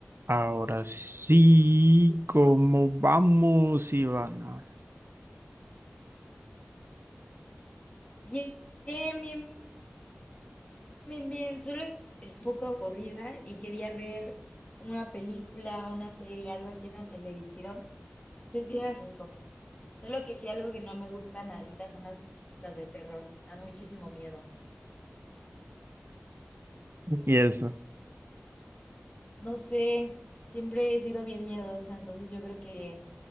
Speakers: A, on the right; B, on the left.
A: Ahora sí, ¿cómo vamos, Ivana?
B: Bien, bien, bien, bien. Solo es un poco aburrida y quería ver como una película, una serie, algo así en la televisión. No sé si las recomiendas. Solo que sí, algo que no me gusta nadita son las, las de terror. Me dan muchísimo miedo.
A: Y eso.
B: No sé, siempre he sido bien miedosa, entonces yo creo que